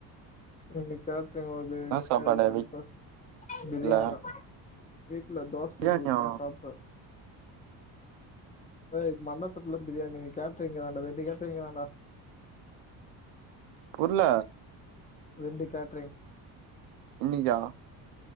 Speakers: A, on the left; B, on the right.
A: இன்னிக் கேட்ரிங் ஆட்ரு
B: என்ன
A: இருக்கா
B: சாப்பாடு
A: எங்குளுக் நைட்டா
B: வீட்ல
A: பிரியாணியா வீட்ல தோஸ்
B: பிரியாணியா
A: சுட்டுகுட்த்தாங்க சாப்ட்ட டேய் மண்டபத்துல பிரியாணி கேட்றீங்குதாண்டா ரெண்டு கேட்டுறீங்கு தாண்டா
B: புர்ல
A: ரெண்டு கேட்ரிங்
B: இன்னிக்கா